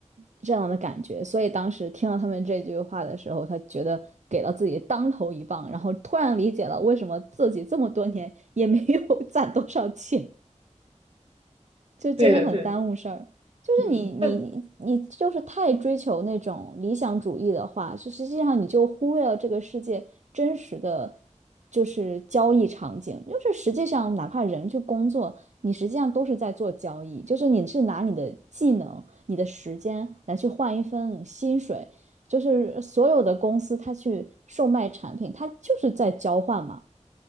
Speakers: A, on the right; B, on the right.
A: 这样的感觉，所以当时听到他们这句话的时候，他觉得给了自己当头一棒，然后突然理解了为什么自己这么多年也没有 <laughs> 攒多少钱。就真的很耽误事儿。
B: 对的，对的
A: 就是你你你就是太追求那种理想主义的话，
B: 嗯，
A: 就实际上你就忽略了这个世界真实的就是交易场景。就是实际上，哪怕人去工作，你实际上都是在做交易，就是你是拿你的技能、你的时间来去换一份薪水。就是所有的公司，它去售卖产品，它就是在交换嘛。